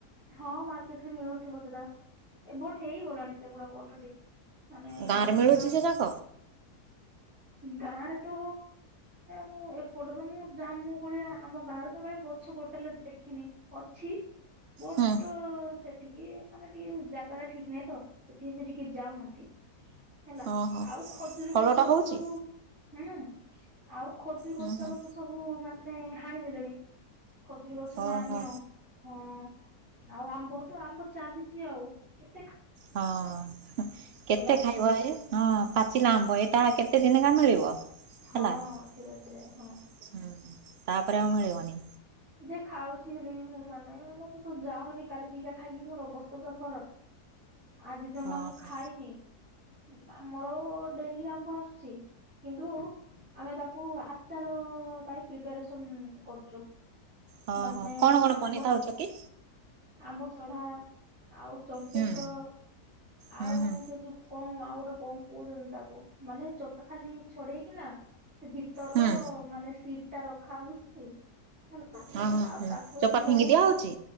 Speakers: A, in the centre; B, on the right.
A: ହଁ ମାର୍କେଟ ରେ ମିଳୁଛି। <inaudible> ହେଇଗଲାଣି ସେଗୁଡାକ ଅଲରେଡି ମାନେ
B: ଗାଁରେ ମିଳୁଛି
A: ଯୋଉଁ
B: ସେ ଯାକ
A: ଗାଁରେ ତ ମୁଁ ଏପଟେ ତ ମୁଁ ଜୁମୁ କୋଳି ଆମ ଗାଁରେ ତ କାହିଁ ଗଛ ଗୋଟେ ଦେଖିନି ଅଛି ବଟ
B: ହୁଁ।
A: ସେଠିକି ମାନେ ଟିକେ ଜାଗା ଟା ଠିକ ନାହିଁ ତ ସେଥିି ସେଠିକେ ଯାଉନାହାନ୍ତି। ହେଲା
B: ଓହୋ
A: ଆଉ ଖଜୁରୀ
B: ଫଳଟା
A: <inaudible> ସବର
B: ହଉଛି
A: ସବୁ ହୁଁ ଆଉ। ଖୋଜୁ ଖୋଜା
B: ହୁଁ ହୁଁ।
A: କଥା ସବୁ ମାନେ ମେ ହଣି ଦେଲୁଣି ଖଜୁରୀ ଗଛ
B: ଓହୋ
A: ନାହିଁ ଆଉ ହଁ। ଆଉ ଆମ୍ବ ତ ଆମ୍ବ ଚାଲିଛି ଆଉ କେ
B: ହଁ କେତେ
A: ବାପ
B: ଖାଇବ ଏ ହଁ ପାଚିଲା ଆମ୍ବ ଏ ଆ କେତେ ଦତିିନକା ମିଳିବ ହେଲା
A: ହଁ
B: ହ
A: ସେଇଆ ସେଇଆ ହଁ।
B: ତାପରେ ଆଉ ମିଳିବନି।
A: ଯେ ଖାଉଛି ହେଲେ ବି ମୁଁ ମାନେ ମଁ ତେ ତ ଯାଉନି କାଲି ଦିଟା ଖାଇକି ମୋର ଅବସ୍ଥା ପୁରା ଖରାପ। ଆଜି ଜମା
B: ଓହୋ।
A: ମୁଁ ଖାଇନି। ଆମର ଡେଲି ଆମ୍ଭ ଆସୁଛି କିନ୍ତୁ ଆମେ ତାକୁ ଆଚାର ପାଇଁ ପ୍ରିପାରେସନ କରୁଛୁ।
B: ହଁ
A: ମାନେ
B: ହୋ କଣ କଣ
A: ଆମ୍ବ
B: ବନେଇଥାଉଛ କି।
A: ଆମ୍ବ ସଢା ଆଉ ଚମ୍ପେଇ
B: ହୁଁ
A: ତ
B: ହୁଁ
A: ଆଉ
B: ହୁଁ
A: ସେ ଯୋଉ କଣ ଆଉ ଗୋଟେ କଣ କହୁଛନ୍ତି ତାକୁ ମାନେ ଚପା ଖାଲି ଛଡେଇକି ନା ସେ ଭିତରର
B: ହୁଁ
A: ମାନେ ସିଟ ଟା ରଖା ହଉଛି ହେଲା।
B: ହଁ ହଁ
A: ଆଉ
B: ହୁଁ।
A: ତାକୁ
B: ଚୋପା
A: ଏମତି ସବୁ
B: ଫିଙ୍ଗି ଦିଆ ହଉଛି